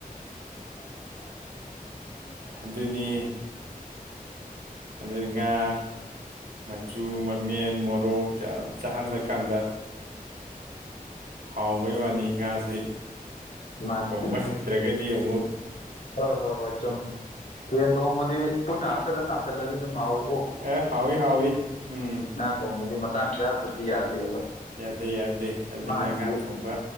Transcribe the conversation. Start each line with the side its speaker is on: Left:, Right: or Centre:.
Left: <unintelligible>
Right: ꯑꯗꯨꯅꯤ ꯑꯗꯨ ꯉꯥ ꯃꯆꯨ ꯃꯃꯦꯟ ꯃꯣꯔꯣꯛ ꯆꯞ ꯆꯥꯍꯜꯂꯀꯥꯟꯗ ꯍꯥꯎꯕꯩ ꯋꯥꯅꯤ ꯉꯥꯁꯤ
Left: ꯃꯥꯅꯤ
Right: ꯊꯣꯡꯕ ꯍꯩꯇ꯭ꯔꯒꯗꯤ ꯑꯃꯨꯛ
Left: ꯍꯣꯏ ꯍꯣꯏ ꯍꯣꯏ ꯆꯨꯝꯃꯤ ꯌꯦꯟ ꯊꯣꯡꯕꯗꯤ ꯄꯨꯟꯅ ꯍꯥꯞꯆꯤꯜꯂ ꯀꯥꯝꯊꯠꯂꯁꯨ ꯗꯨꯝ ꯍꯥꯎꯋꯤ
Right: ꯑꯦ ꯍꯥꯎꯋꯤ ꯍꯥꯎꯋꯤ ꯎꯝ
Left: ꯉ ꯊꯣꯡꯕꯗꯤ ꯃꯇꯥꯡ ꯆꯥꯗ꯭ꯔꯗꯤ ꯌꯥꯗꯦꯕ
Right: ꯌꯥꯗꯦ ꯌꯥꯗꯦ ꯑꯗꯨꯅ
Left: ꯃꯥꯒꯤꯗꯤ
Right: ꯉꯥ ꯊꯣꯡꯕ